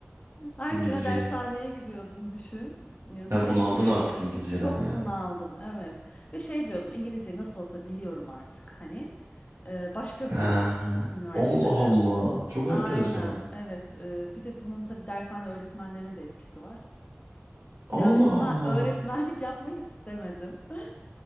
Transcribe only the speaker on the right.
İngilizceyi.
Ha, bunu aldın artık İngilizceden
yani.
Ha.
Allah Allah. Çok
enteresan.
Allah
Allah.